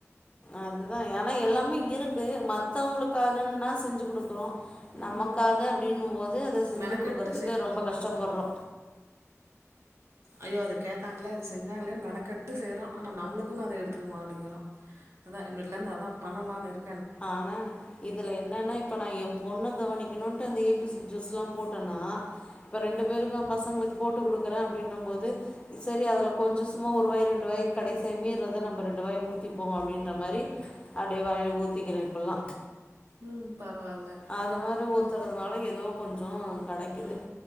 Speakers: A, on the left; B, on the right.
A: அதுதா ஆனா எல்லாமே இருக்கு மத்தவங்களுக்காகன்னா செஞ்சு குடுக்குறோ
B: ம்
A: நமக்காக அப்படின்னும் போது அத செஞ்சு
B: மெனக்கெட்டு
A: குடுக்கறதுக்கு
B: செய்கிறோம்
A: ரொம்ப
B: அதை உட்காந்துட்டு
A: கஷ்டப்பட்றோ
B: ஐயோ அத கேட்டாங்ளே அது செஞ்சாங்ளேன்னு மெனக்கெட்டு செய்றோ ஆனா நம்ளுக்குன்னு அத எடுத்துக்க மாட்டங்கிறோ அதா இனிமேட்லேந்து அதா பண்ணலான்ருக்
A: ஆனா நா இதுல என்னன்னா இப்ப நா எம் பொண்ண கவனிக்கணுன்ட்டு அந்த ஏ பி சி ஜூஸ்லா போட்டேன்னா இப்ப
B: ம்
A: ரெண்டு பேருக்கூ பசங்களுக் போட்டு குடுக்குறே அப்டின்னும் போது செரி அதுல கொஞ்சோ சும்மா ஒருவாய் ரெண்டு வாய் கடைசேமீ ரத நம்ம ரெண்டு வாய் ஊத்திப்போ அப்டின்ற மாரி அப்டே வாய்ல ஊத் தீக்ற இப்பல்லா
B: ம் பரவால்ல
A: அத மாரி
B: ம்
A: ஊத்துறதுனால ஏதோ கொஞ்சோ கெடைக்குது
B: ம்